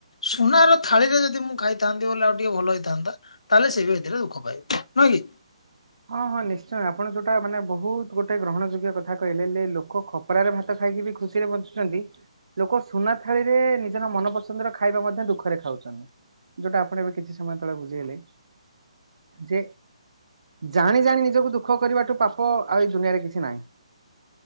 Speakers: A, on the left (about 70°); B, on the right (about 60°).
A: ସୁନାର ଥାଳିରେ ଯଦି ମୁଁ ଖାଇଥାନ୍ତି। ବୋଲି ଆଉ ଟିକେ ଭଲ ହେଇଥାନ୍ତା ତାହେଲେ ସେ ବି ଏଥିରେ ଦୁଃଖ ପାଇ ନୁହେଁ କି
B: ହଁ ହଁ ନିଶ୍ଚୟ ଆପଣ ଯୋଉଟା ମାନେ ବହୁତ ଗୋଟେ ଗ୍ରହଣ ଯୋଗ୍ୟ କଥା କହିଲେ ହେ ଲୋକ ଖପରାରେ ଭାତ ଖାଇକି ବି ଖୁସିରେ ବଞ୍ଚୁଛନ୍ତି ଲୋକ ସୁନା ଥାଳିରେ ନିଜର ମନପସନ୍ଦର ଖାଇବା ମଧ୍ୟ ଦୁଃଖରେ ଖାଉଚନ୍ତି ଯୋଉଟା ଆପଣ ଏବେ କିଛି ସମୟ ତଳେ ବୁଝେଇଲେ ଯେ ଜାଣି ଜାଣି ନିଜକୁ ଦୁଃଖ କରିବାଠୁ ପାପ ଆଉ ଏଇ ଦୁନିଆରେ କିଛି ନାହିଁ।